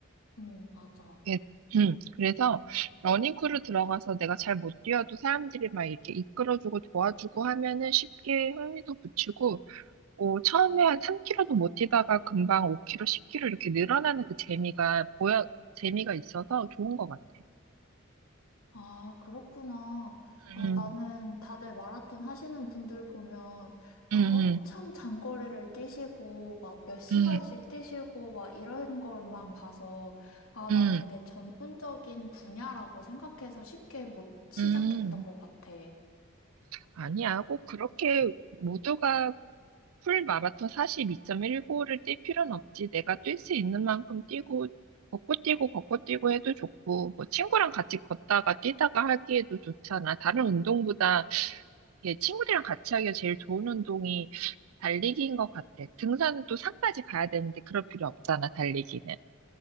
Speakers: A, on the left; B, on the right.
A: 음, 맞아.
B: 예, <clears throat> 그래서 러닝크루 들어가서 내가 잘 못 뛰어도 사람들이 막 이렇게 이끌어주고 도와주고 하면은 쉽게 흥미도 붙이고 뭐 처음에 한 3km도 못 뛰다가 금방 5km, 10km 이렇게 늘어나는 그 재미가 보여 재미가 있어서 좋은 것 같아.
A: 아, 그렇구나. 아,
B: 음,
A: 나는 다들 마라톤 하시는 분들 보면 막
B: 음,
A: 엄청 장거리를 뛰시고 막 몇 시간씩
B: 음,
A: 뛰시고 막 이런 걸만 봐서 아, 난
B: 음,
A: 되게 전문적인 분야라고 생각해서 쉽게 못 시작했던
B: 음.
A: 것 같아.
B: 아니야, 꼭 그렇게 모두가 풀 마라톤 42.195를 뛸 필요는 없지. 내가 뛸 수 있는 만큼 뛰고 걷고 뛰고 걷고 뛰고 해도 좋고 뭐 친구랑 같이 걷다가 뛰다가 하기에도 좋잖아. 다른 운동보다 예, 친구들이랑 같이 하기가 제일 좋은 운동이 달리기인 것 같아. 등산은 또 산까지 가야 되는데 그럴 필요 없잖아, 달리기는.